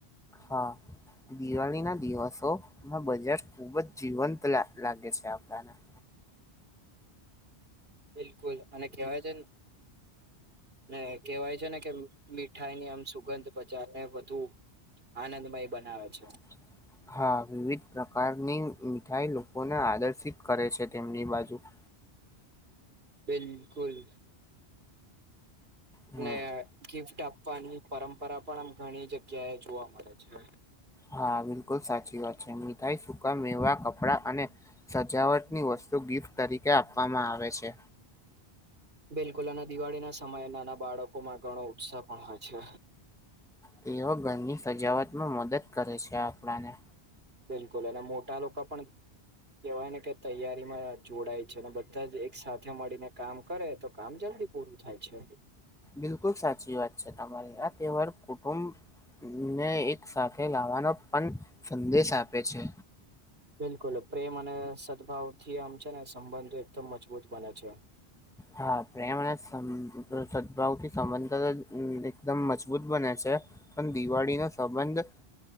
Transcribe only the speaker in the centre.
હા, દિવાળી ના દિવસોમાં બજાર ખુબ જ જીવંત લાગે છે, આપણાને.
<unintelligible> હા, વિવિધ પ્રકારની મીઠાઈ લોકોને આદર્શિત કરે છે, તેમની બાજુ.
હમ
હા, બિલકુલ સાચી વાત છે. મીઠાઈ, સૂકા મેવા, કપડાં અને સજાવટની વસ્તુ તો ગિફ્ટ તરીકે આપવામાં આવે છે.
તેઓ ઘરની સજાવટમાં મદદ કરે છે આપણાને.
બિલકુલ, સાચી વાત છે, તમારી આ તહેવાર કુટુંબ ને એક સાથે ગાવાનો પણ સંદેશ આપે છે.
હા, પ્રેમ અને સદભાવ થી સંબંધ એકદમ મજબૂત મજબૂત બને છે, પણ દિવાળી નો સંબંધ